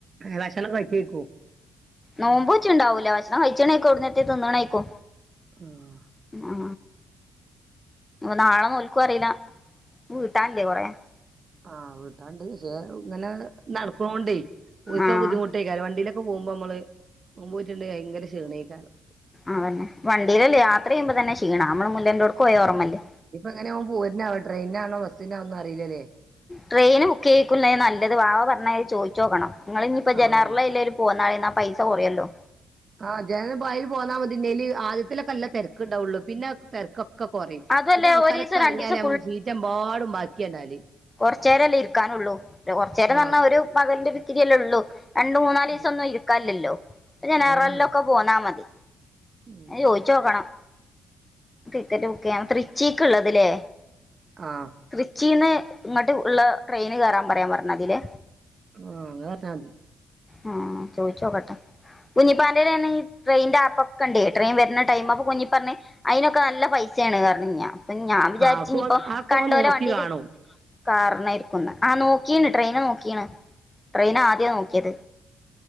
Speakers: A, on the right; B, on the left.
A: ഭക്ഷണം കഴിച്ചേക്കോ
B: നോമ്പ് ഒച്ച ഇണ്ടാവൂല ഭക്ഷണം കഴിച്ചണക്കോ അടന്നത്തെ തിന്നണേക്കോ
A: ഉം.
B: ആ നാളെ നോൽക്കും അറിയില്ല വീട്ടാനല്ലേ കൊറ
A: ആഹ് വീട്ടാണ്ട് പക്ഷെ ഇങ്ങനെ നടക്കോണ്ടേ പോയിക്കോ
B: ആഹ്
A: ബുദ്ധിമുട്ടേക്കാലും വണ്ടിയിലൊക്കെ പോകുമ്പോ നമ്മള് മുമപ പോയിട്ടുണ്ട് ഭയങ്കര ക്ഷീണീക്കാലും
B: ആതന്നെ വണ്ടിയിലല്ലേ യാത്ര ചെയ്യുമ്പോ തന്നെ ക്ഷീണ നമ്മള് മുല്ലൻ്റോട്ട പോയ ർമ്മല്ലേ
A: അങ്ങനെ പോക്പ പോരനാവോ ട്രെയിനാണോ ബസ്സിനാവോന്ന അറിയില്ലല്ലേ
B: ട്രെയിൻ ബുക്ക് ചെയ്ക്കുന്ന നല്ലത് വാ പറഞ്ഞത് ചോദു നോക്കണം നിങ്ങിനിയിപ്പോ ജനാറില
A: ആഹ്
B: ഇല്ലൽ പോകുന്നാള എന്നാൽ പൈസ കുറയല്ലോ
A: ആഹ് ഞാൻ വായൽ പോന്നാൽ മതിന്നേല് ആദ്യത്തിലൊക്കെല്ല തിരക്കുണ്ടാവുള്ളു പിന്നെ തിരക്കൊെ ഒക്കെ കുറയും
B: അതുവല്ല
A: പിന്നെ ആൾക്കാരൊക്കെ
B: ഒരീസം രണ്ടീസം
A: അറഞ്ഞാലേ സീറ്റ എമ്പാടും ബാക്കിയ ഉണ്ടല്
B: കുറച്ചുരംല്ലേ ഇരിക്കാനുള്ളൂ കുറച്ച നേരംന്ന
A: ആഹ്
B: ഒരു പകൽ ന്റെ ഇത്തിരിയല്ലേ ഉള്ളൂ രണ്ട മൂന്നാല് ദിവസം
A: ഉം
B: ഒന്നും ഇരിക്കല്ലല്ലോ അപ്പ ഞന
A: ഏഹ്
B: റല്ല ഒക്കെ പോന്നാ മതി
A: ഉം
B: ചോയിച്ച നോക്കണം ടിക്കറ്റ് ബുക്ക് ചെയ്യണം തൃച്ചിക്ക്ള്ളതിലേ
A: ആഹ്
B: തൃച്ചിന്ന് ഇങ്ങോട്ട് ഉള്ള ട്രെയിന് കയറാൻ പറയാൻ പറഞ്ഞമതിലെ
A: ആഹ അ പറഞ്ഞാതി
B: ആ ചോദിച്ച നോക്കട്ടെ കുഞ്ഞിപ്പായുടെ തന്നെ ഈ ട്രെയിന്റെ കണ്ടേ എത്രയും വരുന്ന ടൈം അപ്പൊ കുഞ്ഞി പറഞ്ഞഞ് അതിനൊക്കെ നല്ല പൈസ ണ് കാരണം അപ്പൊ ഞാൻ വിചാരിച്ച
A: ആഹ് അതൊക്കെ
B: ഇയിപ്പ
A: ഓൻ അതൊക്കെ
B: കണ്ട
A: ഓൻ
B: പോലെ
A: നോക്കി
B: വണ്ടിയില്
A: കാണും
B: കാറിനായിരിക്കുംന്ന് ആഹ നോക്കീണ് ട്രെയിന് നോക്കീണ് ട്രെയിൻ ആദ്യ നോക്കിയത്